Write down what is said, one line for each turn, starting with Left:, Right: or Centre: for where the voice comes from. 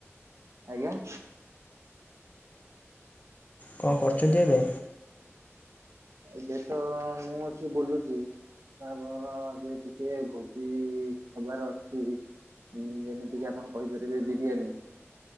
Right: ଆଜ୍ଞା।
Left: କଣ କରୁଛନ୍ତି ଏବେ
Right: ଏବେ ତ ମୁଁ ଅଛି ବୁଲୁଚି। ଆମର ଏ ଟିକେ ଯେ ଭୋଜି ହବାର ଅଛି। ଉଁ ଯେମିତି କିି ଆପଣ କହିପାରିବେ ବିରିୟାନୀ।